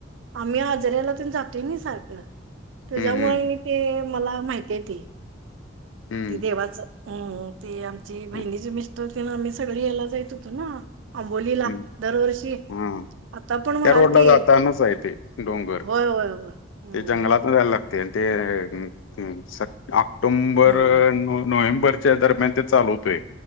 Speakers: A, on the right; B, on the left.
A: आम्ही आजऱला तर जातो नि सारखं त्याच्यामुळे
B: हम्म हम्म
A: ते मला माहिती येत
B: हम्म
A: ते देवाचं हम ते आमची बहिणी
B: हम्म
A: ज मिस्तर होते ना आम्ही सगळे यायला जायत ना अबोलीला
B: हम्म.
A: दरवर्षी
B: हा
A: आता पण म्हणाल
B: त्या रोड ला
A: ती
B: जातानाच आहे ते डोंगर
A: होय होय होय हम्म
B: ते जंगलात जायला लागत ते ऑक्टोंबर
A: हम्म
B: नोव्हेंबर दरम्यान ते चाल होतय